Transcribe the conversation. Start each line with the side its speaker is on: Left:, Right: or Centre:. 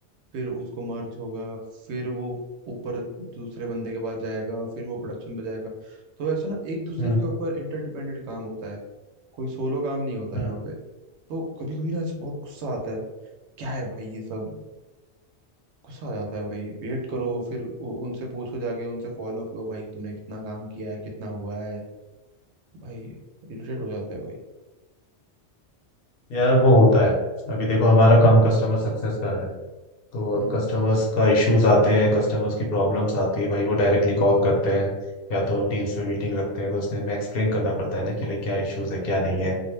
Right: फिर उसको मर्ज होगा फिर वो ऊपर दूसरे बंदे के पास जाएगा फिर वो प्रोडक्शन पे जाएगा तो ऐसा ना एक दूसरे
Left: हम्म
Right: के ऊपर इंटरडिपेंडेंट काम होता है कोई सोलो काम नहीं होता
Left: हम्म
Right: यहाँ पे तो कभी कभी ना ऐसे बहुत गुस्सा आता है क्या है भाई ये सब गुस्सा आ जाता है भाई वेट करो फिर उ- उनसे पूछो जाके उनसे फॉलो अप लो भाई तुमने कितना काम किया है कितना हुआ है भाई इरिटेट हो जाता है भाई
Left: यार वो होता है अभी देखो हमारा काम कस्टमर सक्सेस का है तो
Right: हम्म
Left: अब कस्टमर्स का इश्यूज आते हैं कस्टमर्स की प्रॉब्लम्स आती है भाई वो डायरेक्टली कॉल करते हैं या तो टीम्स में मीटिंग रखते हैं तो उसमें हमें एक्सप्लेन करना पड़ता है ना कि भाई क्या इश्यूज है क्या नहीं है